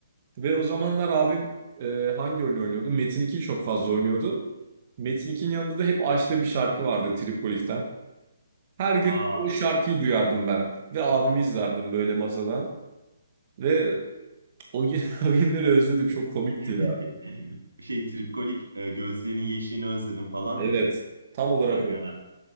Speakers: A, on the right (about 35°); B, on the right (about 70°).
A: Ve o zamanlar abim e, hangi oyun oynuyordu? Metin 2'yi çok fazla oynuyordu. Metin 2'nin yanında da hep açtığı bir şarkı vardı Tripolik'ten. Her gün
B: Aa.
A: o şarkıyı duyardım ben. Ve abimi izlerdim böyle masadan. Ve o, gün, <laughs> o günleri özledim. Çok komikti
B: <laughs>
A: ya.
B: Şey tripkolik e, gözlerinin yeşilini özledim falan
A: Evet.
B: mı?
A: Tam olarak
B: Aga.
A: o.